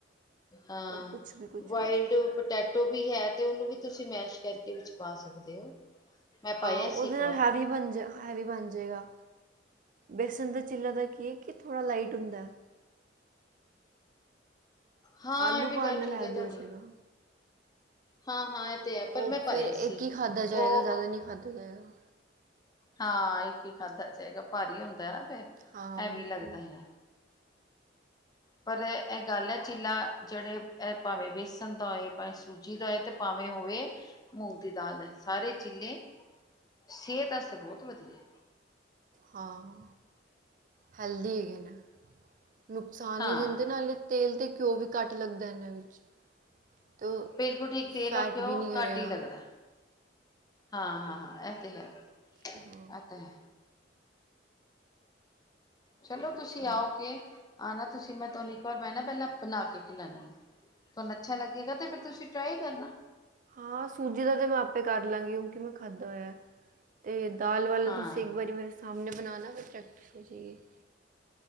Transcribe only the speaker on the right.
ਕੁਛ ਵੀ ਕੁਛ
ਵੀ
ਹਾਂ
ਓਹਦੇ
ਨਾਲ
ਹੈਵੀ ਬੰਜਾ ਐ ਵੀ ਬਨ ਜੇਗਾ ਬੇਸਨ ਦਾ ਚਿੱਲਾ ਦਾ ਕੀ ਕਿ ਥੋੜਾ ਲਾਈਟ ਹੁੰਦਾ।
ਆਲੂ
ਪਾਉਣ
ਨਾਲ
ਹੈਵੀ
ਹੋ ਜਾਏਗਾ।
ਉਹ
ਫਿਰ
ਇੱਕ
ਹੀ ਖਾਧਾ ਜਾਏਗਾ
ਜ਼ਿਆਦਾ ਨਹੀਂ ਖਾਧਾ ਜਾਏਗਾ।
ਹਾਂ
ਬਿਲਕੁਲ।
ਹਾਂ ਹਲਦੀ ਹੈਗੇ। ਨੁਕਸਾਨ
ਨਹੀਂ ਦਿੰਦੇ ਨਾਲੇ ਤੇਲ ਤੇ ਘਿਓ ਵੀ ਘੱਟ ਲੱਗਦਾ ਇਹਨਾਂ ਵਿੱਚ। ਤੇ ਉਹ
ਫੈਟ
ਵੀ ਨਹੀਂ ਕਰੇਗਾ।
ਹਾਂ
ਅੱਛਾ
ਹਾਂ, ਸੂਜੀ ਦਾ ਤੇ ਮੈਂ ਆਪੇ ਕਰ ਲਾਂਗੀ, ਉਂਕਿ ਮੈਂ ਖਾਧਾ ਹੋਇਆ ਏ। ਏ ਦਾਲ ਵਾਲਾ
ਤੁਸੀਂ ਇੱਕ ਵਾਰੀ ਮੇਰੇ ਸਾਮਨੇ ਬਨਾਣਾ ਤੇ ਚਟਨੀ ਵਿ <inaudible>